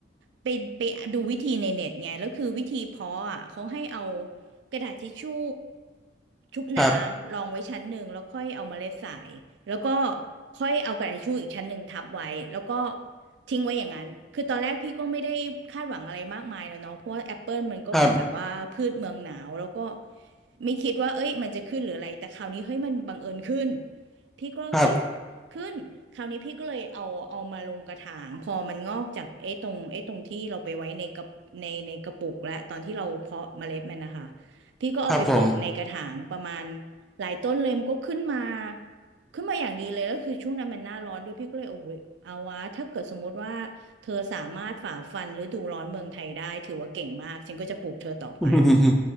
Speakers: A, on the right (about 75°); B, in the centre.
A: ไปไปดูวิธีในเน็ตไงแล้วคือวิธีเพาะอ่ะเขาให้เอากระดาษทิชชู่ชุบน้ำรองไว้ชั้นหนึ่งแล้วค่อยเอาเมล็ดใส่
B: ครับ
A: แล้วก็ค่อยเอากระดาษทิชชู่อีกชั้นหนึ่งทับไว้แล้วก็ทิ้งไว้อย่างนั้นคือตอนแรกพี่ก็ไม่ได้คาดหวังอะไรมากมายแล้วเนาะเพราะว่าแอปเปิลมันก็เป็นแบบว่าพืชเมืองหนาวแล้วก็
B: <laughs> ครับ
A: ไม่คิดว่าเอ้ยมันจะขึ้นหรืออะไรแต่คราวนี้เฮ้ยมันบังเอิญขึ้นพี่ก็เฮ้ย
B: ครับ
A: ขึ้นคราวนี้พี่ก็เลยเอาเอามาลงกระถาง พอมันงอกจากไอ้ตรงไอ้ตรงที่เราไปไว้ในกระในในกระปุกและตอนที่เราเพาะเมล็ดมันนะคะ พี่ก็เอาไปปลูกในกระถางประมาณ
B: ครับครับผม
A: หลายต้นเลยมันก็ขึ้นมาขึ้นมาอย่างดีเลย แล้วคือช่วงนั้นมันหน้าร้อนด้วยพี่ก็เลยโอ้ยเอาวะถ้าเกิดสมมุติว่าเธอสามารถฝ่าฟันฤดูร้อนเมืองไทยได้ถือว่าเก่งมากฉันก็จะปลูกเธอต่อไป
B: <laughs> อืม